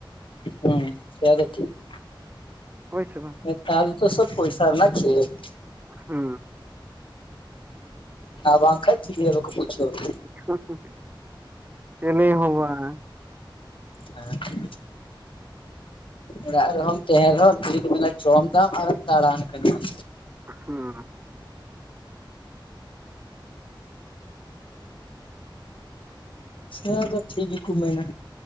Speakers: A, on the left; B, on the right.
A: ᱦᱩᱸ ᱥᱮᱫᱚ ᱴᱷᱤᱠ ᱾
B: ᱦᱚᱭ ᱥᱮ ᱵᱟᱝ?
A: ᱛᱟᱦᱚᱞᱮ ᱛᱚ ᱥᱚᱵ ᱯᱚᱭᱥᱟ ᱨᱮᱱᱟᱜ ᱠᱷᱮᱞ ᱾
B: ᱦᱩᱸ ᱾
A: ᱟᱨ ᱵᱟᱝ ᱠᱷᱟᱱ ᱪᱤᱞᱤ ᱦᱚ ᱵᱟᱠᱚ ᱯᱩᱪᱷᱣᱟ ᱾
B: <unintelligible> ᱪᱮᱞᱤ ᱞᱟᱹᱭ ᱦᱚ ᱵᱟᱝ ᱾
A: ᱦᱮᱸ ᱚᱲᱟᱜ ᱨᱮᱦᱚᱸᱢ ᱛᱟᱦᱮᱱ ᱨᱮᱦᱚᱸ ᱠᱷᱟᱹᱞᱤ ᱠᱚ ᱢᱮᱱᱟ ᱡᱚᱢ ᱫᱟᱢ ᱟᱨᱮᱢ ᱫᱟᱲᱟᱱ ᱠᱟᱱᱟ ᱾
B: ᱦᱩᱸ ᱾
A: ᱦᱮᱸ ᱟᱫᱚ ᱴᱷᱤᱠ ᱜᱮᱠᱚ ᱢᱮᱱᱟ